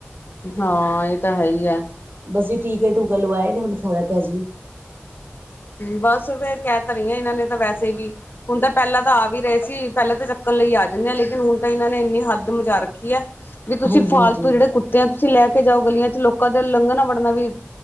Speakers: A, on the left; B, on the right.
A: ਹਾਂ, ਏਹ ਤਾਂ ਹੈ ਹੀ ਆ।
B: ਬਸ ਜੀ, ਟੀਕੇ-ਟੂਕੇ ਲਵਾਏ ਨੇ ਹੁਨ ਫਰਕ ਐ ਜੀ।
A: ਬਸ, ਫੇਰ ਕੈ ਤਾਂ ਰਈ ਆਂ, ਏਨਾਂ ਨੇ ਤਾਂ ਵੈਸੇ ਵੀ- ਹੁਨ ਤਾਂ ਪੈਲਾਂ ਤਾਂ ਆ ਵੀ ਰਏ ਸੀ। ਪੈਲਾਂ ਤਾਂ ਚੱਕਣ ਲਈ ਆ ਜਾਂਨੇ ਹਾਂ ਲੇਕਿਨ ਹੁਨ ਤਾਂ ਏਨਾਂ ਨੇ ਇੰਨੀ ਹੱਦ ਮਚਾ ਰੱਖੀ ਐ ਵੀ ਤੁਸੀ
B: ਹਾਂਜੀ
A: ਫਾਲਤੂ
B: ਹਾਂਜੀ
A: ਜੇੜੇ ਕੁੱਤੇ ਆ ਤੁਸੀ ਲੈਕੇ ਜਾਓ ਗਲੀਆਂ ਚ ਲੋਕਾ ਦਾ ਲੰਘਨਾ- ਵੜਨਾ ਵੀ-